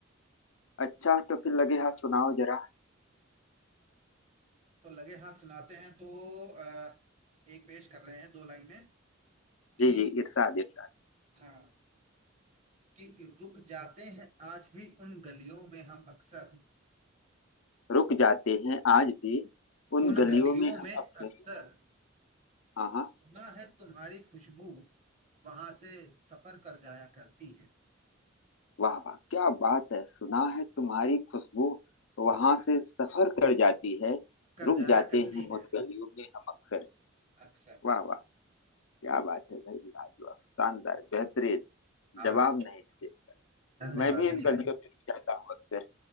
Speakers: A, on the left; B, on the right.
A: अच्छा तो फिर लगे हाथ सुनाओ जरा
B: तो लगे हाथ सुनाते हैं तो आ, एक पेश कर रहे हैं दो लाइनें कि
A: जी जी इरशाद इरशाद
B: हाँ कि रुक जाते हैं आज भी उन गलियों में हम अक्सर
A: रुक जाते हैं आज भी उन
B: उन
A: गलियों
B: गलियों
A: में
B: में
A: हम अक्सर
B: अक्सर
A: हाँ हाँ
B: सुना है तुम्हारी खुशबू वहां से सफर कर जाया करती है
A: वाह वाह क्या बात है सुना है तुम्हारी खुशबू वहां से सफर कर जाती है
B: कर
A: रुक
B: जाया
A: जाते
B: करती
A: हैं
B: है
A: उन गलियों में हम अक्सर
B: अक्सर
A: वाह वाह क्या बात है भाई लाजवाब शानदार बेहतरीन
B: हाँ
A: जवाब नहीं इसके
B: धन्यवाद
A: मैं भी इन
B: धन्यवाद
A: गलियों में जाता हूँ अक्सर